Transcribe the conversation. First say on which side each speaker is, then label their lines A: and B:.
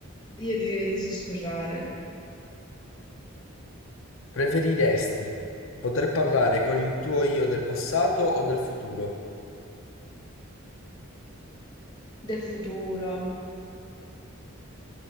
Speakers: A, on the left; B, on the left.
A: io direi di sussurrare.
B: Preferiresti poter parlare con il tuo io del passato o del futuro?
A: Del futuro.